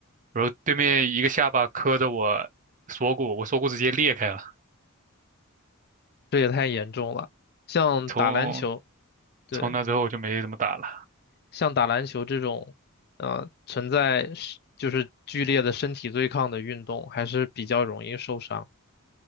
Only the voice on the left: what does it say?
这也太严重了。像打篮球，
对。
像打篮球这种，呃，存在是就是剧烈的身体对抗的运动，还是比较容易受伤。